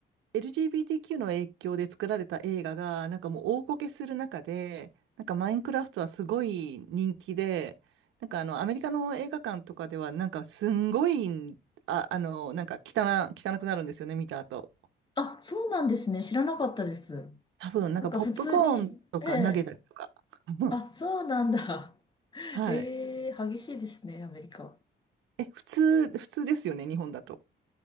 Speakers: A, on the right; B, on the left.
A: LGBTQ の影響で作られた映画が、なんかもう大こけする中で、なんかマインクラフトはすごい人気で、なんかあの、アメリカの映画館とかでは、なんかすんごい、あ、あの、なんか汚、汚くなるんですよね、見た後。
B: あ、そうなんですね。知らなかったです。
A: 多分、なんかポップコーンとか投げたりとか。
B: なんか普通に、ええ
A: <laughs> うん
B: あ、そうなんだ。<laughs>
A: はい。
B: ええ激しいですね、アメリカ。
A: え、普通、普通ですよね、日本だと。